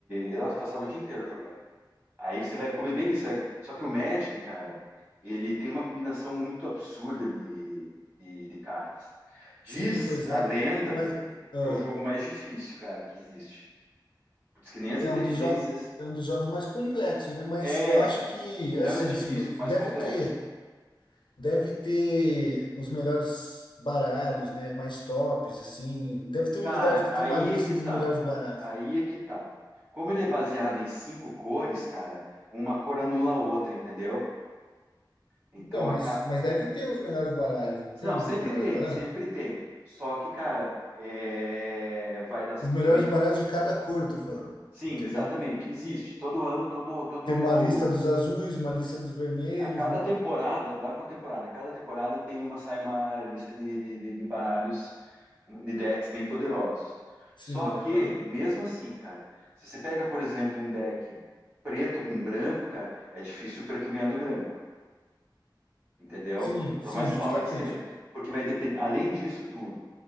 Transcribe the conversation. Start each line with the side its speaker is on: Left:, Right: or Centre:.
Right: eu passava o dia inteiro jogando. Aí você vai comer bem isso. vai- Só que o Magic, cara, ele tem uma combinação muito absurda de, de, de cartas. Diz
Left: Sim, pois
Right: a
Left: é.
Right: lenda
Left: Mas
Right: que
Left: ah,
Right: é o jogo mais difícil, cara, que existe. Diz que nem as
Left: é
Right: inteligências.
Left: um dos jogos, é um dos jogos mais complexos, né? Mas
Right: É,
Left: eu acho que,
Right: não
Left: é assim,
Right: é mais difícil,
Left: se, vo- deve
Right: mais complexo.
Left: ter. Deve ter os melhores baralhos, né? Mais tops, assim. Deve ter
Right: Cara,
Left: um lugar que
Right: aí
Left: tem uma lista
Right: é que
Left: dos
Right: tá,
Left: melhores
Right: cara.
Left: baralhos.
Right: Aí é que tá. Como ele é baseado em cinco cores, cara, uma cor anula a outra, entendeu? Então
Left: Então, mas,
Right: a, ca-
Left: mas deve ter os melhores baralhos, não tem
Right: Não, sempre
Left: os melhores
Right: tem,
Left: baralhos?
Right: sempre tem. Só que, cara, é, vai dar
Left: Os melhores
Right: também.
Left: baralhos de cada cor, tô falando.
Right: Sim,
Left: Entendeu?
Right: exatamente. Existe. Todo ano, todo, todo.
Left: Tem uma lista dos azuis, uma lista dos vermelhos,
Right: A cada
Left: né?
Right: temporada, lá por temporada, cada temporada tem uma, sai uma lista de, de, de- de baralhos, um, de decks bem poderosos.
Left: Sim,
Right: Só que,
Left: aham.
Right: mesmo assim, cara, se você pega, por exemplo, um deck preto com branco, cara, é difícil o preto ganhar do branco, entendeu?
Left: Sim,
Right: Por
Left: sim,
Right: mais power
Left: justamente.
Right: que seja. Porque vai depender, além disso tudo.